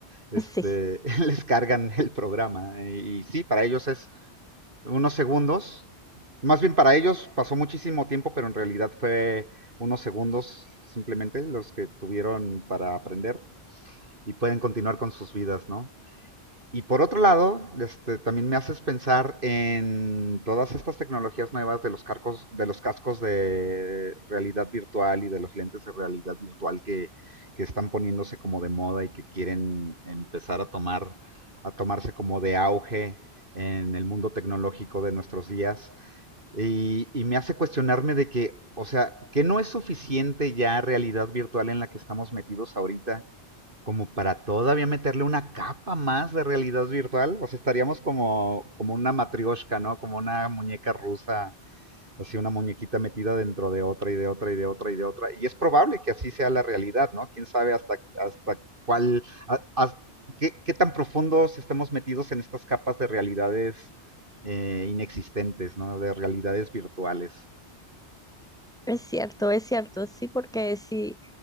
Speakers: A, on the right (about 50°); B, in the centre.
A: este,
B: Sí.
A: <laughs> les cargan el programa. Y, y sí, para ellos es unos segundos, más bien para ellos pasó muchísimo tiempo, pero en realidad fue unos segundos simplemente los que tuvieron para aprender y pueden continuar con sus vidas, ¿no? Y por otro lado, este, también me haces pensar en todas estas tecnologías nuevas de los carcos, de los cascos de realidad virtual y de los lentes de realidad virtual que, que están poniéndose como de moda y que quieren empezar a tomar, a tomarse como de auge en el mundo tecnológico de nuestros días. Y, y me hace cuestionarme de que, o sea, que no es suficiente ya realidad virtual en la que estamos metidos ahorita como para todavía meterle una capa más de realidad virtual. O sea, estaríamos como, como una matrioshka, ¿no? Como una muñeca rusa, así una muñequita metida dentro de otra y de otra y de otra y de otra. Y es probable que así sea la realidad, ¿no? Quién sabe hasta, hasta cuál, a- a- qué, qué tan profundos estemos metidos en estas capas de realidades eh, inexistentes, ¿no? De realidades virtuales.
B: Es cierto, es cierto, sí, porque si